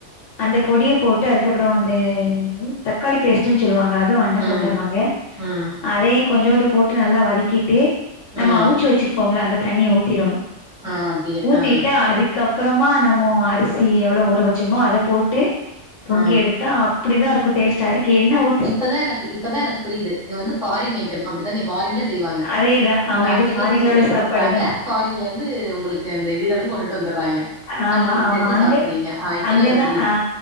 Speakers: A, on the left (about 80°); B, in the centre.
A: அந்த பொடிய போட்டு அதுக்கப்புறோ இந்த தக்காளி பேஸ்ட்டுன்னு சொல்லுவாங்க அதும் அண்ணே
B: ம்
A: கொண்டு வருவாங்க
B: ம்
A: அதையு கொஞ்சோண்டு போட்டு நல்லா வதக்கிட்டு நம்ம
B: ம்
A: அவுச்சு வச்சுருப்போம்ல்ல அந்த தண்ணிய ஊத்திறணு
B: ஆ அப்டியே
A: ஊத்திட்டு
B: ஆ
A: அது கப்பறமா நம்மோ அரிசி எவ்ளோ ஊற வச்சோமோ அத போட்டு பொங்கி
B: ஆ
A: எடுத்தா அப் அப்புடிதா இருக்கும் டேஸ்ட் டதுக் எ‌ண்ண ஊ
B: இப்பதா எனக்கு இப்பதா எனக் புரியிது இது வந்து ஃபாரின் ஐட்டம் அப்டித்தான ஃபாரின்ல செய்வாங்க
A: அதேதா ஆமா
B: உங்க அண்ணேங்க
A: இது ஃபாரின்ல
B: இங்க சொல்லி
A: உள்ள
B: குடுத்துட்டாங்க
A: சாப்பாடுதா
B: ஃபாரின்ல வந்து உங்களுக்கு அந்த இதுகளு கொண்டுட் வந்தர்றாய்ங்க
A: ஆமா
B: அதுல நீங்க
A: ஆமா
B: செஞ்சு
A: அங்க
B: சாப்பட்றீங்க ஆ இப்பதா
A: அங்கதா
B: எனக் புரியிது
A: ஆ